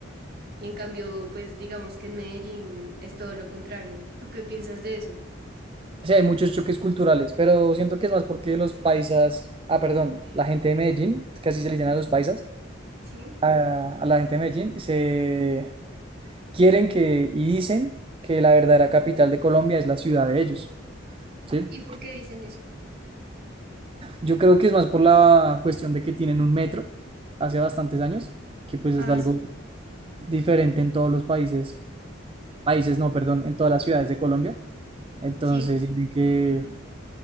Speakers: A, on the right; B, on the right.
A: y en cambio, pues digamos que en Medellín es todo lo contrario. ¿Tú qué piensas de eso?
B: Sí, hay muchos choques culturales, pero siento que es más porque los paisas, ah, perdón, la gente de Medellín, es que así se le dicen a los paisas,
A: Sí.
B: a, a la gente de Medellín, se quieren que y dicen que la verdadera capital de Colombia es la ciudad de ellos, ¿sí?
A: ¿Y por qué dicen eso?
B: Yo creo que es más por la cuestión de que tienen un metro hace bastantes años, que pues
A: Ah,
B: es algo
A: sí,
B: diferente en todos los países, países no, perdón, en todas las ciudades de Colombia. Entonces
A: sí.
B: dicen que,